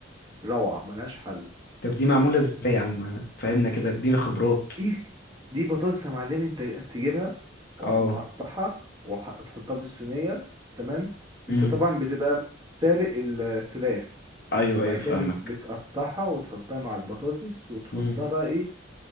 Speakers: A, on the right; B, on the left.
A: روعة ملهاش حل
B: طب دي معموله ازاي يا عم فهمنا كده اديني خبرات
A: دي دي بطاطس يا معلمي انت تجيبها ومقطعها
B: اه
A: وتحطها في الصينية تمام
B: امم
A: انت طبعا بتبقى سالق الفراخ
B: ايوه
A: وبعد
B: ايوه
A: كده
B: فاهمك
A: بت- بتقطعها وتحطها مع البطاطس وتحطها
B: امم
A: بقى ايه